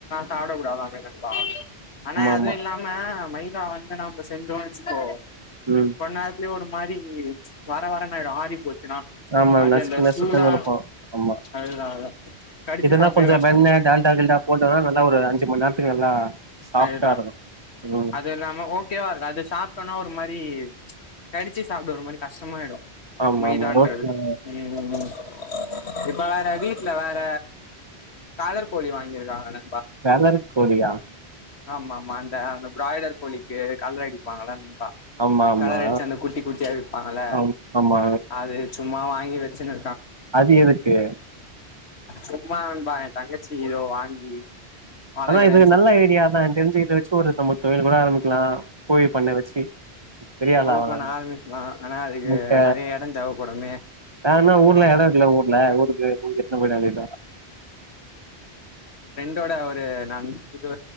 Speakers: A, on the left; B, on the right.
A: சாப்டக்கூடாதாமே நண்பா ஆனா அதுவு
B: ஆமா
A: இல்லாம மைதா வந்து நம்ப செஞ்சோனு வச்சுக்கோ
B: ம்
A: கொஞ நேரத்துலே ஒரு மாரி வர வர ஆயிடு ஆறி போச்சுன்னா
B: ஆமா
A: அது
B: நசுக்கு
A: அந்த
B: நசுக்குனு
A: சூடா
B: இருக்கு ஆமா
A: அதுதா அதுதா கடிச்சு
B: இதெல்லா
A: சாப்டவே
B: கொஞ்சொ
A: கஷ்டம்
B: வெண்ண டால்டா கில்டா போட்டோனா நல்லா ஒரு அஞ்சு மண் நேரத்துக்கு நல்லா சாஃப்டா
A: அதுதா
B: இருக்கு ம்
A: அது இல்லாம ஓகேவா இருக் அது சாப்ட்டோனா ஒரு மாரி கடிச்சி சாப்ட ஒரு மாரி கஷ்டமாய்டு
B: ஆமா
A: மைதான்றது
B: ஆமா ரோட்ல
A: ம் ம் ம் இப்ப வேற வீட்ல வேற காலர் கோழி வாங் ங்க இருக்க ந
B: கலர் கோழியா
A: ஆமா ஆமா அந்த அந்த பிராய்லர் கோழிக்கு கலர் அடிப்பாங்ள
B: ஆமா ஆமா
A: கலர் அடிச்சு அந்த குட்டி குட்டியா விப்பாங்ல
B: ஆம் ஆமா
A: அது சும்மா வாங்கி வச்சுனு
B: அது எதுக்கு
A: சும்மா நண்பா என் தங்கச்சி இத வாங்கி வளக்றே
B: ஆனா இது நல்ல ஐடியா தா தெரிஞ்சு இத வச்சி ஒருத்த மட் தொழில் கூட ஆரம்பிக்லா கோழி பண்ண வச்சு பெரிய
A: கோழி
B: ஆள ஆவுல
A: பண்ண ஆரம்பிக்கலா ஆனா அதுக்கு
B: முட்ட
A: நெறைய எடோ தேவப்படுமே
B: வேற என்ன ஊர்ல எடோ இருக்குல ஊர்ல ஊருக்கு ஊருக்கு எடுத்துனு போயிட <unintelligible>
A: டோட ஒரு ந இது